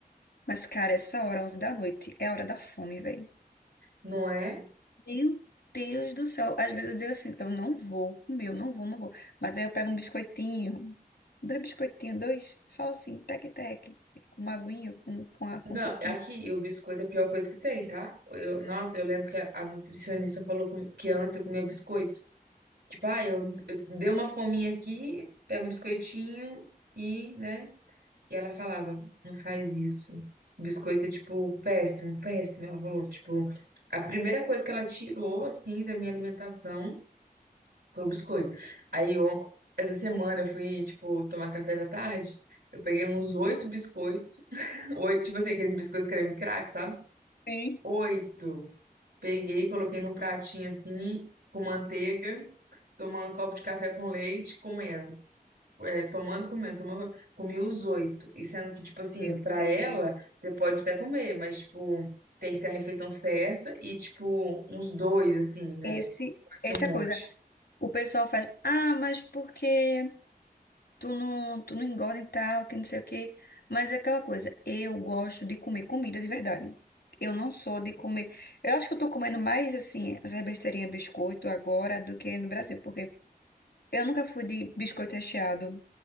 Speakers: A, on the left (about 80°); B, on the right (about 85°).
A: Mas, cara, essa hora, 11 da noite, é a hora da fome, velho.
B: Não é?
A: Meu Deus do céu. Às vezes eu digo assim, eu não vou comer, eu não vou, não vou. Mas aí eu pego um biscoitinho, dois biscoitinhos, dois, só assim, tec-tec, com uma aguinha, com, com, a, com
B: Não,
A: suquinho.
B: é aqui e o biscoito é a pior coisa que tem, tá? Eu, nossa, eu lembro que a, a nutricionista falou comigo que antes eu comia biscoito. Tipo, ah, eu, eu dei uma fominha aqui, pego um biscoitinho e, né? E ela falava, não faz isso. O biscoito é, tipo, péssimo, péssimo. Ela falou, tipo, a primeira coisa que ela tirou, assim, da minha alimentação. Foi o biscoito. Aí, on- essa semana eu fui, tipo, tomar café da tarde. Eu peguei uns oito biscoitos. <laughs> Oito, tipo assim, aqueles biscoitos creme crack, sabe?
A: Sim.
B: Oito. Peguei, coloquei num pratinho assim, com manteiga, tomando um copo de café com leite, comendo. É, tomando, comendo, tomando. comendo. Comi os oito. E sendo que, tipo assim,
A: Meu
B: pra
A: Deus.
B: ela, você pode até comer, mas, tipo, tem que ter a refeição certa e, tipo, uns dois, assim, né?
A: Esse,
B: Pode
A: essa
B: ser um monte.
A: coisa. O pessoal faz, ah, mas porque tu não, tu não engorda e tal, que não sei o quê. Mas é aquela coisa, eu gosto de comer comida de verdade. Eu não sou de comer. Eu acho que eu tô comendo mais, assim, essa besteirinha biscoito agora do que no Brasil, porque Eu nunca fui de biscoito recheado,